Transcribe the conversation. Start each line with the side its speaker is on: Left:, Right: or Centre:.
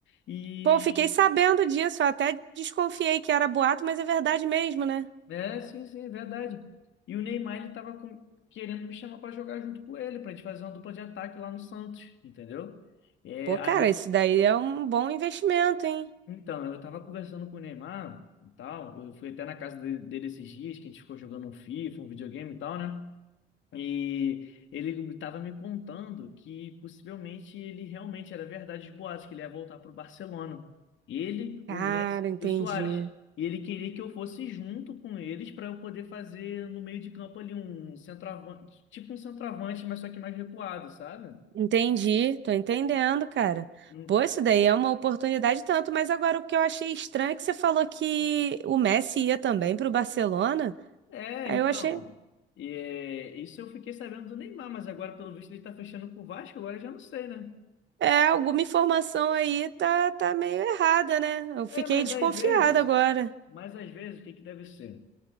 Left: E
Right: Pô, eu fiquei sabendo disso, eu até desconfiei que era boato, mas é verdade mesmo, né?
Left: É, sim, sim, é verdade. E o Neymar, ele tava com- querendo me chamar para jogar junto com ele, para a gente fazer uma dupla de ataque lá no Santos, entendeu? É,
Right: Pô,
Left: ali...
Right: cara, isso daí é um bom investimento, hein?
Left: Então, eu tava conversando com o Neymar e tal, eu fui até na casa de- dele esses dias, que a gente ficou jogando um FIFA, um videogame e tal, né? E ele estava me contando que possivelmente ele realmente era verdade de boatos, que ele ia voltar para o Barcelona. Ele,
Right: Cara,
Left: o Messi
Right: entendi.
Left: e o Suárez. E ele queria que eu fosse junto com eles para eu poder fazer no meio de campo ali um centroavante, tipo um centroavante, mas só que mais recuado, sabe?
Right: Entendi, tô entendendo, cara.
Left: Hum.
Right: Pô, isso daí é uma oportunidade tanto, mas agora o que eu achei estranho é que você falou que o Messi ia também pro Barcelona.
Left: É,
Right: Aí
Left: então.
Right: eu achei,
Left: É, isso eu fiquei sabendo do Neymar, mas agora, pelo visto, ele está fechando com o Vasco, agora eu já não sei, né?
Right: é, alguma informação aí tá, tá meio errada, né? Eu
Left: É,
Right: fiquei
Left: mas
Right: desconfiada
Left: às vezes,
Right: agora.
Left: mas às vezes, o que que deve ser?